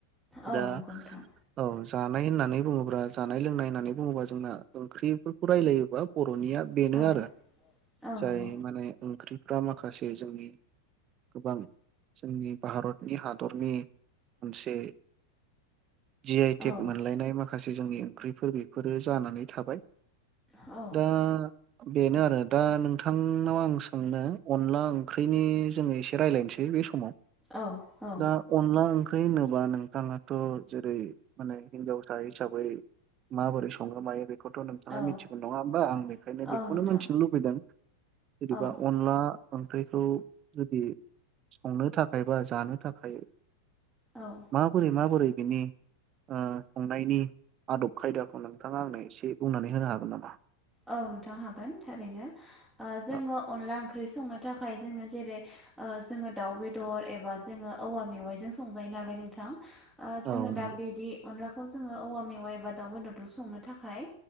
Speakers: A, in the centre; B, on the right.
A: औ
B: दा
A: नंगौ नोंथां
B: औ जानाय होननानै बुङोब्ला जानाय लोंनाय होननानै बुङोबा जोंना ओंख्रिफोरखौ रायलायोबा बर' निया बेनो
A: औ
B: आरो।
A: औ
B: जाय
A: नंगौ
B: माने ओंख्रिफ्रा माखासे जोंनि गोबां जोंनि भारतनि हादरनि मोनसे जि आइ टेक
A: औ
B: मोनलायनाय माखासे जोंनि ओंख्रिफोर बेफोरो जानानै थाबाय।
A: औ
B: दा बेनो आरो दा नोंथांनाव आं सोंनो अनला ओंख्रिनि जोङो एसे रायजलायनोसै बे समाव।
A: औ औ
B: दा अनला ओं ख्रै होनोब्ला नोंथाङाथ' जेरै माने हिनजावसा हिसाबै माबोरै संङो मायो बेखौथ' नोंथाङा
A: औ
B: मिथिगोन नङा होमबा? आं बेखायनो बेखौनो
A: औ नोंथां
B: मिथिनो लुबैदों। जेनेबा
A: औ
B: अनला ओंख्रिखौ जुदि संनो थाखाय बा जानो थाखाय
A: औ
B: माबोरै माबोरै बिनि ओ संनायनि आदब खायदाखौ नोंथाङा आंनो एसे बुंनानै होनो हागोन नामा?
A: औ नोंथां हागोन थारैनो। जोङो
B: औ
A: अनला ओंख्रि संनो थाखाय जोंङो जेरै जोङो दाउ बेदर एबा जोङो औवा मेवाइजों संजायो नालाय नोंथां। ओ जोङो
B: औ नंगौ
A: दा बिदि अनला खौ जोङो औवा मेवाय एबा दाउ बेदरजों संनो थाखाय